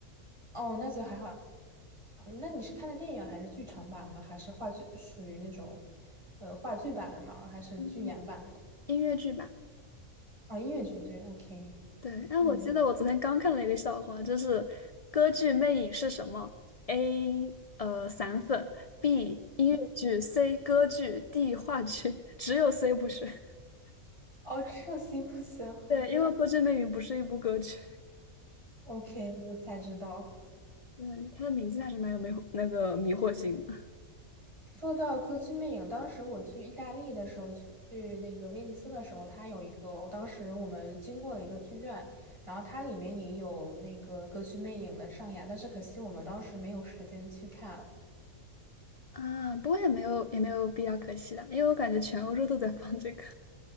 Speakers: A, on the right; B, on the left.
A: 哦，那就还好。嗯那你是看的电影还是剧场版的，还是话剧，属于那种，呃，话剧版的吗？还是剧演版的？
B: 嗯，音乐剧吧，
A: 哦，音乐剧，对，OK，
B: 对。哎，
A: 嗯。
B: 我记得我昨天刚看了一个笑话，就是歌剧《魅影》是什么？A 呃散粉，B 音乐剧，C 歌剧，D 话剧，<laughs> 只有 C 不是。<laughs>
A: 哦，这样行不行？好的。
B: 对，因为歌剧《魅影》不是一部歌剧。
A: OK，我才知道。
B: 嗯，它的名字还是蛮有迷惑那个迷惑性的
A: 说到歌剧魅影，当时我去意大利的时候，去去那个威尼斯的时候，它有一个，当时我们经过了一个剧院，然后它里面也有那个歌剧魅影的上演，但是可惜我们当时没有时间去看。
B: 啊，不过也没有也没有必要可惜的，因为我感觉全欧洲都在放这个。